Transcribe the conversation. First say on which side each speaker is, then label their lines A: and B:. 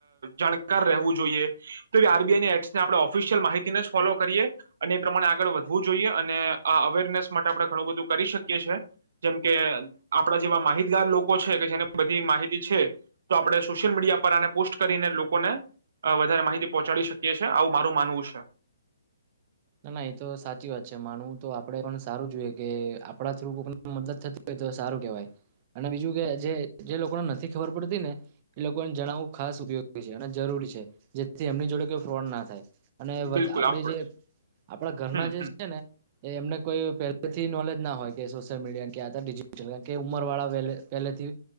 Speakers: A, on the right; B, on the right.
A: જાણકાર રહેવું જોઈએ, તો આર બી આઈની એટ્સને આપણે ઓફિશિયલ માહિતીને જ ફોલો કરીએ અને એ પ્રમાણે આગળ વધવું જોઈએ, અને આ અવેરનેસ માટે આપણે ઘણું બધું કરી શકીએ છે, જેમ કે આપણા જેવા માહિતગાર લોકો છે કે જેને બધી માહિતી છે, તો આપણે સોશિયલ મીડિયા પર આને પોસ્ટ કરીને લોકોને વધારે માહિતી પહોંચાડી શકીએ છેએ આવું મારું માનવું છે.
B: ના ના એ તો સાચી વાત છે માનવું તો આપણે પણ સારું જોઈએ કે આપડા થ્રુ કોક મદદ થતી હોય તો સારું કેહેવાય, અને બીજું કે જે લોકોને નથી ખબર પડતી ને, એ લોકોને જણાવવું ખાસ ઉપયોગી છે અને જરૂરી છે, જેથી એમની જોડે કોઈ ફ્રોડ ના થાય. અને આપણે
A: બિલકુલ આપડે
B: જે આપણા ઘરના
A: હમ
B: જે
A: હમ
B: છે ને, એ એમને કોઈ પેલા થી નોલેજ ના હોય કે સોશિયલ મીડિયા કે આ ડિજટલ કારણ કે ઉંમરવાળા પહેલેથી,